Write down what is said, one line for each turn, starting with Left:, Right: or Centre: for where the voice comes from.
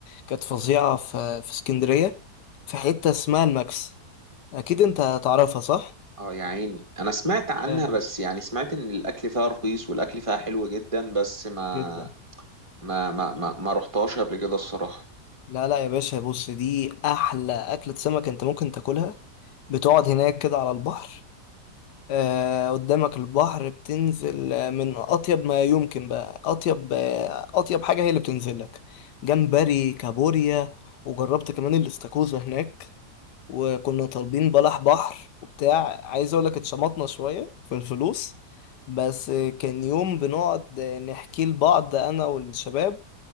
Left: كانت فظيعة في في اسكندرية في حتة اسمها الماكس أكيد أنت تعرفها صح؟
Right: اه يا عيني أنا سمعت عنها
Left: اه
Right: بس يعني سمعت إن الأكل فيها رخيص والأكل فيها حلو جدا بس ما
Left: جدا
Right: ما ما ما ما رحتهاش قبل كده الصراحة
Left: لا لا يا باشا بص دي أحلى أكلة سمك أنت ممكن تاكلها بتقعد هناك كده على البحر آه قدامك البحر بتنزل آه، من أطيب ما يمكن بقى أطيب آه، أطيب حاجة هي اللي بتنزل لك جمبري كابوريا وجربت كمان الاستاكوزا هناك وكنا طالبين بلح بحر وبتاع عايز اقول لك اتشمطنا شوية في الفلوس بس كان يوم بنقعد نحكي لبعض انا والشباب